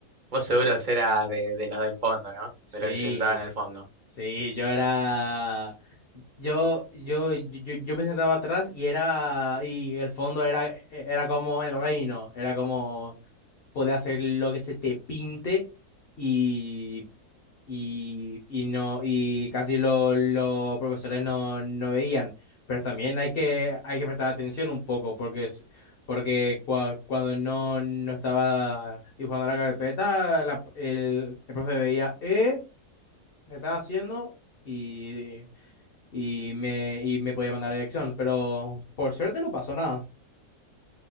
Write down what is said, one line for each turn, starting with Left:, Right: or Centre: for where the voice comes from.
Right: Vos seguro serás de, de los del fondo, ¿no?
Left: Sí,
Right: De los que se sentaban al fondo.
Left: sí, yo era. Yo, yo, yo, yo me sentaba atrás y era. Y el fondo era, e, era como el reino. Era como. podés hacer lo que se te pinte y, y, y no, y casi lo- los profesores no, no veían. Pero también hay que, hay que prestar atención un poco, porque es, porque cua- cuando no, no estaba dibujando la carpeta, la- el, el profe veía, eh, ¿qué estás haciendo? Y, y me, y me podía mandar a la dirección, pero por suerte no pasó nada.